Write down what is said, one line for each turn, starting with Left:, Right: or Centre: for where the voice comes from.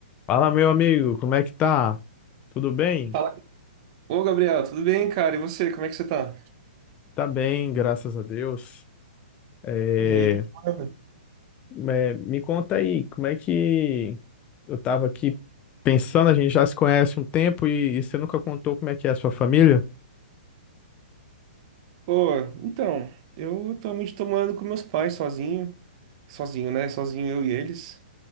Left: Fala, meu amigo, como é que tá? Tudo bem?
Right: Fala. Ô, Gabriel, tudo bem, cara? E você, como é que você tá?
Left: Tá bem, graças a Deus. É,
Right: E aí, que que manda?
Left: é, me conta aí, como é que eu tava aqui pensando, a gente já se conhece um tempo e, e você nunca contou como é que é a sua família?
Right: Ô, então, eu atualmente tô morando com meus pais sozinho. Sozinho, né? Sozinho eu e eles.